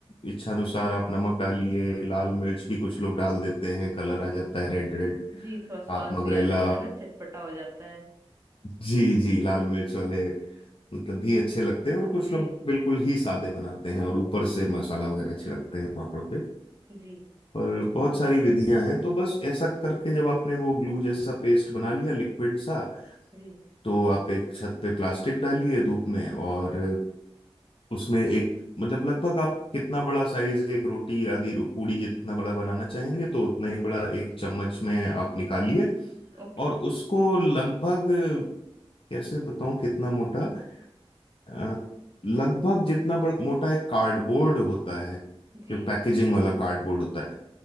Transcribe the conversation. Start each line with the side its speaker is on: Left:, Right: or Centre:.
Left: इच्छानुसार आप नमक डालिए लाल मिर्च भी कुछ लोग डाल देते हैं कलर आ जाता है रेड रेड
Right: जी थोड़ा स्वाद
Left: आप मगरेला
Right: भी आ जाता है ना चटपटा हो जाता है
Left: जी जी लाल
Right: <laughs>
Left: मिर्च वाले मतलब भी अच्छे लगते हैं और कुछ
Right: जी
Left: लोग बिल्कुल ही सादे बनाते हैं और ऊपर से मसाला वगैरह छिड़कते हैं पापड़ पे
Right: जी
Left: और बहुत सारी विधियां हैं तो बस ऐसा करके जब आपने वो ग्लू जैसा पेस्ट बना लिया लिक्विड सा
Right: जी
Left: तो आप एक छत पे प्लास्टिक डालिए धूप में और उसमें एक मतलब लगभग आप कितना बड़ा साइज एक रोटी आदि रो- पूड़ी जितना बड़ा बनाना चाहेंगे तो उतना ही बड़ा एक चम्मच में आप निकालिए
Right: ओके
Left: और उसको लगभग कैसे बताऊं कितना मोटा अ, लगभग जितना बड़, मोटा एक कार्डबोर्ड होता है
Right: जी
Left: जो पैकेजिंग वाला कार्डबोर्ड होता है